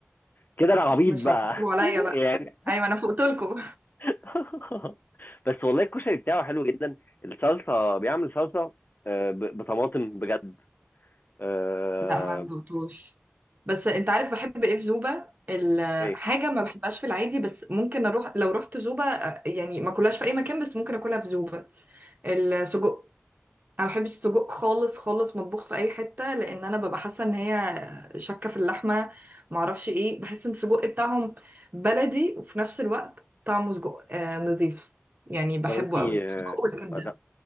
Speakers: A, on the left; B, on the right.
A: كده انا عبيط
B: مش
A: بقى
B: هتحطوه عليا
A: <laughs>
B: بقى
A: يعني
B: ايوه انا فوقت لكم
A: <laughs> بس والله الكشري بتاعه حلو جدا الصلصه بيعمل صلصه آه، ب- بطماطم بجد آه،
B: لا ما ندقتوش بس انت عارف بحب ايه في زوبا ال-
A: إيه،
B: حاجه ما بحبهاش في العادي بس ممكن اروح لو رحت زوبا آه، يعني ما اكلهاش في اي مكان بس ممكن اكلها في زوبا السجق انا ما بحبش السجق خالص خالص مطبوخ في اي حته لان انا ببقى حاسه ان هي شكه في اللحمه ما اعرفش ايه بحس ان السجق بتاعهم بلدي وفي نفس الوقت طعمه سجق آه نظيف يعني بحبه
A: طب انت آه،
B: قوي سجق والكبده
A: لا،